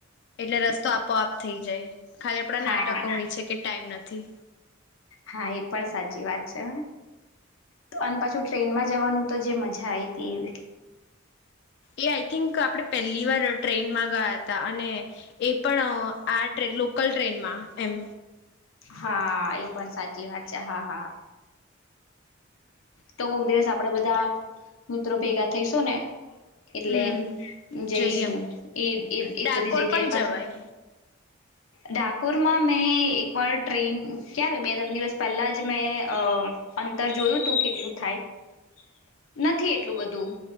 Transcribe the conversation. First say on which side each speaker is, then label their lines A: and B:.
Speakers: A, on the left; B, on the left.
A: એટલે રસ્તો આપોઆપ થઇ જાય. ખાલી આપડા
B: હા
A: નાટકો હોય છે કે ટાઈમ નથી. થી
B: હા, એ પણ સાચી વાત છે, હા તો અને પાછું ટ્રેનમાં જવાનું તો જે મજા આયતી.
A: એ આઈ થિંક આપડે પહેલી વાર ટ્રેનમાં ગયા હતા અને એ પણ આ ટ લોકલ ટ્રેનમાં એમ.
B: હા એ પણ સાચી વાત છે હા હા. તો કોક દિવસ આપડે બધા મિત્રો ભેગા થઈશું ને. એટલે
A: હમ
B: જઈશું
A: જઈએ
B: એ એ
A: ડાકોર
B: એ બધી જગ્યા
A: પણ
B: એ પાસે.
A: જવાય
B: ડાકોરમાં મેં એકવાર ટ્રેન ક્યારે બે ત્રણ દિવસ પહેલા જ મેં અ. અંતર જોયું તું કેટલું થાય નથી એટલું બધું